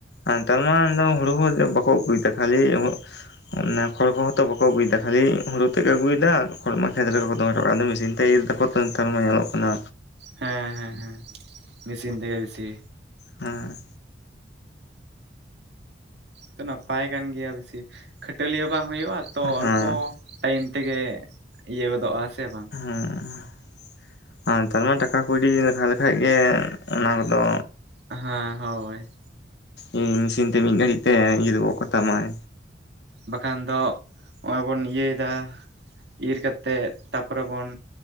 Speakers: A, on the left; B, on the right.
A: ᱮᱛᱟᱨ ᱢᱟ ᱦᱩᱲᱩ ᱦᱩ ᱵᱟᱠᱚ ᱟᱹᱜᱩᱭ ᱫᱟ ᱠᱷᱟᱹᱞᱤ
B: <unintelligible>
A: ᱚᱱᱮᱠ ᱦᱚᱲ ᱠᱚᱦᱚᱸ ᱛᱚ ᱵᱟᱠᱚ ᱟᱹᱜᱩᱭ ᱮᱫᱟ ᱠᱷᱟᱹᱞᱤ ᱦᱳᱲᱳ ᱛᱮᱫ ᱮ ᱟᱹᱜᱩᱭ ᱫᱟ ᱠᱷᱚᱲ ᱢᱟ ᱠᱷᱮᱛ ᱨᱮᱠᱚ ᱠᱚ ᱫᱚᱢ ᱦᱚᱴᱚ ᱠᱟᱜ ᱫᱚ ᱢᱮᱥᱤᱱ ᱛᱮᱤᱨ ᱛᱟᱠᱚ <inaudible> ᱧᱮᱞᱚᱜ ᱠᱟᱱᱟ
B: ᱦᱮᱸ ᱦᱮᱸ ᱦᱮᱸ ᱢᱮᱥᱤᱱ ᱛᱮ ᱵᱤᱥᱤ
A: ᱦᱩᱸ
B: ᱛᱚ ᱱᱟᱯᱟᱭ ᱠᱟᱱ ᱜᱮᱭᱟ ᱵᱮᱥᱤ ᱠᱷᱟᱹᱴᱟᱹᱞᱤ ᱦᱚᱸ ᱵᱟᱝ ᱦᱩᱭᱩᱜ-ᱟ ᱛᱚ
A: ᱦᱮᱸ
B: ᱚᱞᱯᱚ ᱴᱟᱹᱭᱤᱢ ᱛᱮᱜᱮ ᱤᱭᱟᱹ ᱜᱚᱫᱚᱜ-ᱟ ᱥᱮ ᱵᱟᱝ
A: ᱦᱩᱸ ᱟᱨ ᱱᱮᱛᱟᱨ ᱢᱟ ᱴᱟᱠᱟ ᱠᱟᱹᱣᱰᱤ ᱞᱮᱠᱷᱟ ᱞᱮᱠᱷᱟᱡ ᱜᱮ ᱚᱱᱟ ᱠᱚᱫᱚ
B: ᱦᱟᱸ ᱦᱳᱭ
A: ᱤ ᱢᱮᱥᱤᱱ ᱛᱮ ᱢᱤᱫ ᱜᱷᱟᱹᱲᱤᱡ ᱛᱮ ᱤᱨ ᱜᱚᱫ ᱠᱚᱛᱟᱢᱟᱭ
B: ᱵᱟᱠᱷᱟᱱ ᱫᱚ ᱱᱚᱜᱚᱭ ᱵᱚᱱ ᱤᱭᱟᱹᱭ ᱮᱫᱟ ᱤᱨ ᱠᱟᱛᱮᱫ ᱛᱟ ᱛᱟᱯᱚᱨᱮ ᱵᱚᱱ